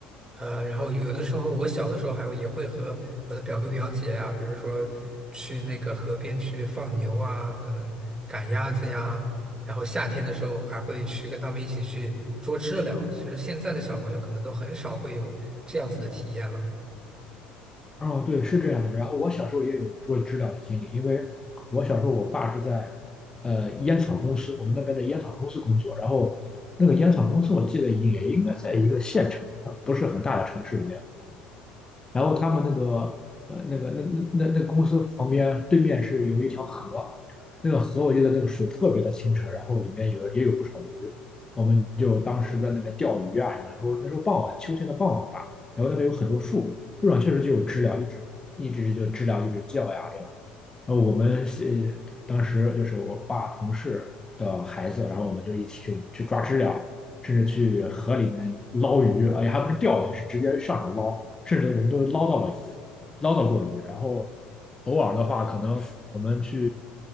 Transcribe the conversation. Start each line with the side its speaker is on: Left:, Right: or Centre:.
Right: 呃，然后有有的时候，我小的时候还会也会和我的表哥表姐呀、比如说去那个河边去放牛啊，可能赶鸭子呀，然后夏天的时候还会去跟他们一起去捉知了，其实现在的小朋友可能都很少会有这样子的体验了。
Left: 哦，对，是这样的。然后我小时候也有捉知了的经历，因为我小时候我爸是在呃烟草公司，我们那边的烟草公司工作，然后那个烟草公司我记得也应该在一个县城，不是很大的城市里面。然后他们那个呃那个那那那那个公司旁边对面是有一条河，那个河我记得那个水特别的清澈，然后里面有也有不少鱼，我们就当时在那边钓鱼啊什么的，时候那时候傍晚秋天的傍晚吧，然后那边有很多树，树上确实就有知了，一直一直就知了一直叫呀这样。呃，我们是当时就是我爸同事的孩子，然后我们就一起去去抓知了，甚至去河里面捞鱼，哎且还不是钓鱼，是直接上手捞，甚至我们都捞到了鱼，捞到过鱼。然后偶尔的话，可能我们去，